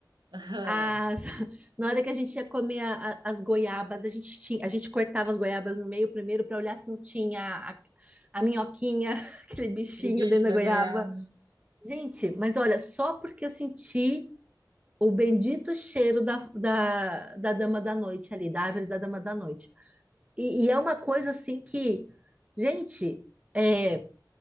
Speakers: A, on the right; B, on the right.
A: Aham.
B: As, <laughs> na hora que a gente ia comer a- a- as goiabas, a gente tinha, a gente cortava as goiabas no meio primeiro para olhar se não tinha a, a minhoquinha, <laughs> aquele bichinho
A: O bicho
B: dentro da
A: da
B: goiaba.
A: goiaba.
B: Gente, mas olha, só porque eu senti o bendito cheiro da, da, da dama da noite ali, da árvore da dama da noite. E, e é uma coisa assim que, gente, é,